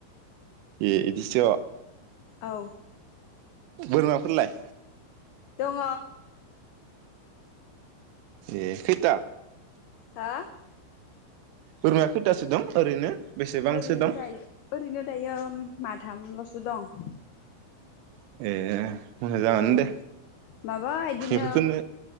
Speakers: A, on the right; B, on the left.
A: ए एदिस'
B: औ
A: बोरमाफोरलाय
B: दङ
A: ए खैता
B: हा
A: बोरमाया खैथासो दं ओरैनो बेसेबांसो
B: ओरैनो
A: दं
B: दायो ओरैनो दायो। माथामल'सो दं।
A: ए मोजाङानो
B: औ
A: दे
B: माबा बिदिनो
A: बेफोरखौनो